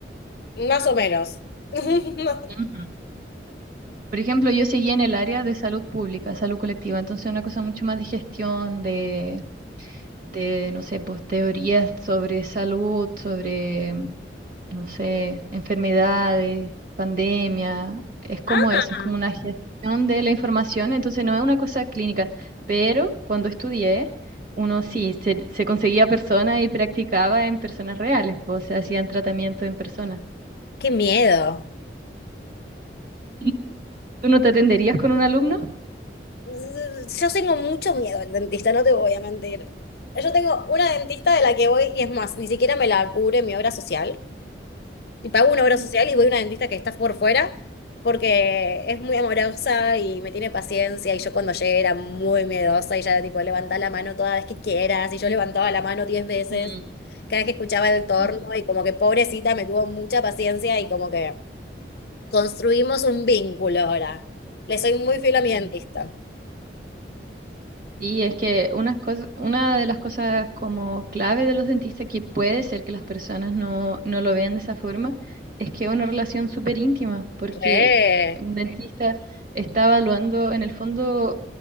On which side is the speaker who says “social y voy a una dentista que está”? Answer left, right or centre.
Left